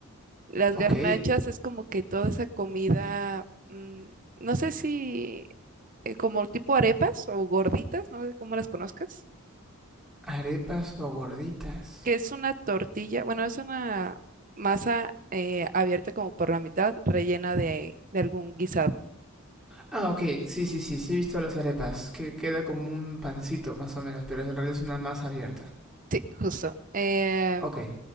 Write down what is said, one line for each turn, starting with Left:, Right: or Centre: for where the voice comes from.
Right: Las
Centre: ok.
Right: garnachas es como que toda esa comida, mm, no sé si eh, como tipo arepas o gorditas, no sé cómo las conozcas,
Centre: Arepas o gorditas.
Right: que es una tortilla, bueno, es una masa eh, abierta como por la mitad, rellena de, de algún guisado.
Centre: Ah, ok, sí, sí, sí, sí he visto las arepas, que queda como un pancito más o menos, pero en realidad es una masa abierta.
Right: Sí, justo. Eh,
Centre: Ok.